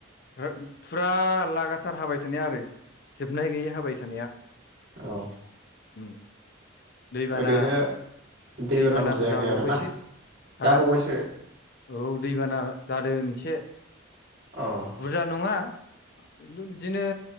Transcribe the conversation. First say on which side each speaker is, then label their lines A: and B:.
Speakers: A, on the left; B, on the right.
A: ओहो फुरा लागाथार हाबाय थानाया आरो जोबनाय गैयै थाबाय थानाया
B: औ
A: उम दैबाना
B: ओरैनो दैबानाफोर
A: दैबानाबो
B: जायाखै
A: जाबावबायसो
B: आरोना जाबावबायसो
A: हा औ दैबाना जादों एसे
B: अ
A: बुरजा नङा <unintelligible> बिदिनो